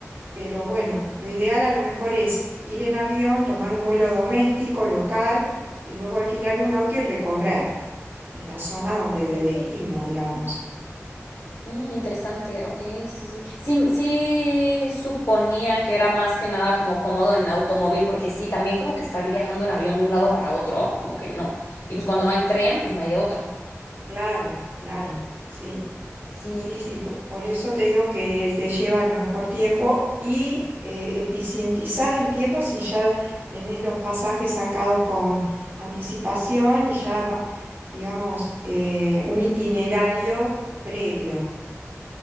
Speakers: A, on the right; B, on the left.
A: pero bueno, lo ideal a lo mejor es ir en avión, tomar un vuelo doméstico, local, y luego alquilar un auto y recorrer en la zona donde de
B: Sí.
A: destino, digamos.
B: mm, interesante, ok, sí, sí. Sí, m- sí suponía que era más que nada como cómodo en automóvil, porque sí, también como que estar viajando en avión de un lado para otro, como que no. Y pues cuando no hay tren, pues no hay de otra.
A: Claro, claro, sí.
B: Sí.
A: Sí, sí, po- por, eso te digo que te lleva a lo mejor tiempo y eh, eficientizás el tiempo si ya tenés los pasajes sacados con anticipación y ya, va- digamos, eh, un itinerario previo.